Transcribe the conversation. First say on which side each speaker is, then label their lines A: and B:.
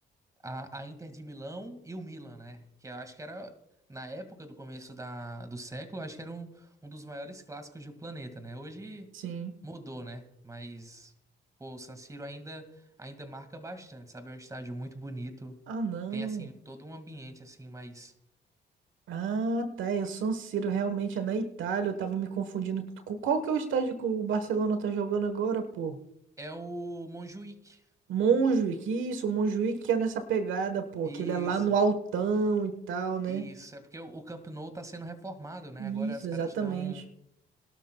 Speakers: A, on the right (about 15°); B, on the right (about 80°).
A: a, a Inter de Milão e o Milan, né? Que eu acho que era, na época do começo da, do século, eu acho que era um, um dos maiores clássicos do planeta, né? Hoje
B: Sim.
A: mudou, né? Mas, pô, o San Siro ainda, ainda marca bastante, sabe? É um estádio muito bonito.
B: Ah, não.
A: Tem, assim, todo um ambiente, assim, mas...
B: Ah, tá. E o San Siro realmente é na Itália. Eu tava me confundindo com qual que é o estádio que o Barcelona tá jogando agora, pô?
A: É o Montjuïc.
B: Montjuïc, isso, o Montjuïc que é nessa pegada, pô,
A: Isso,
B: que ele é lá no altão e tal, né?
A: isso. É porque o o Camp Nou tá sendo reformado, né?
B: Isso,
A: Agora os
B: exatamente.
A: caras estão